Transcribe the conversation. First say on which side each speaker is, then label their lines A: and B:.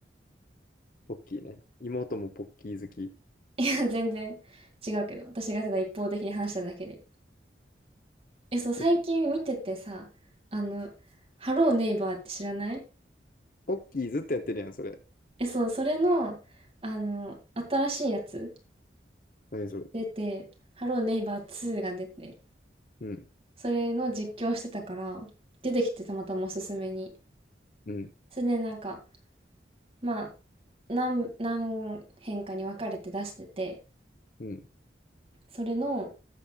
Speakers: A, on the left (about 45°); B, on the right (about 30°).
A: ポッキーね。妹もポッキー好き。い
B: いや、全然違うけど、私がただ一方的に話しただけで。え、そう、最近見ててさ、
A: や、
B: あの、ハローネイバーって知らない
A: ポッキーずっとやってるやん、それ。
B: え、そう、それの、あの、新しいやつ
A: 何それ。
B: 出て、ハローネイバー2が出て、
A: うん、
B: それの実況してたから、出てきてたまたまおすすめに。
A: うん、
B: それでなんか、まあ、何、何編かに分かれて出してて、
A: うん。
B: それの、